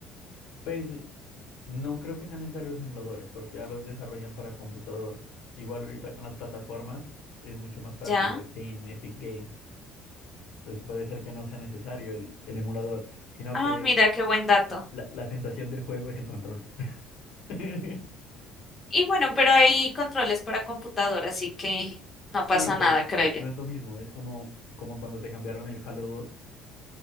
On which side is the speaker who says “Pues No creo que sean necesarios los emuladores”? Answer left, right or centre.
Left